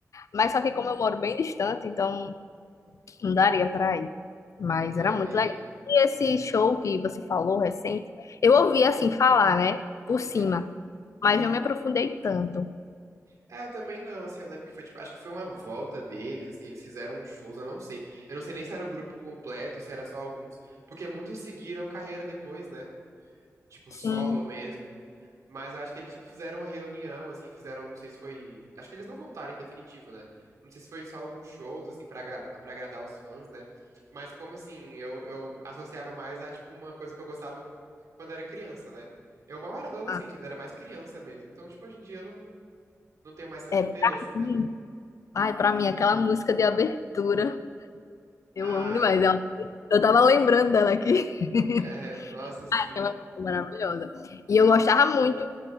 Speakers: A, on the left; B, on the right.
A: Mas só que como eu moro bem distante, então não daria pra ir. Mas
B: Não,
A: era muito
B: e.
A: legal. E esse show que você falou recente, eu ouvi assim falar, né? Por
B: Uhum.
A: cima. Mas não me aprofundei tanto.
B: É, eu também não, assim, eu lembro que foi, tipo, acho que foi uma volta deles, assim, eles fizeram uns shows, eu não sei. Eu não sei nem se era o grupo completo, se era só alguns, porque muitos seguiram carreira depois, né? Tipo, solo
A: Sim.
B: mesmo. Mas eu acho que eles, tipo, fizeram uma reunião, assim, fizeram, não sei se foi. Acho que eles não voltaram em definitivo, né? Não sei se foi só alguns shows, assim, pra, agra- pra agradar os fãs, né? Mas como assim, eu, eu associava mais a, tipo, uma coisa que eu gostava quando eu era criança, né? Eu mal era adolescente,
A: Ah,
B: ainda era mais criança mesmo. Então, tipo, hoje em dia eu não, não tenho mais tanto
A: é
B: interesse,
A: pra
B: né?
A: mim. Ai, pra mim, aquela música de abertura. Eu
B: Ai,
A: amo demais ela. Eu tava lembrando dela aqui. <laughs>
B: é, nossa, assim.
A: Aquela música maravilhosa. E eu gostava muito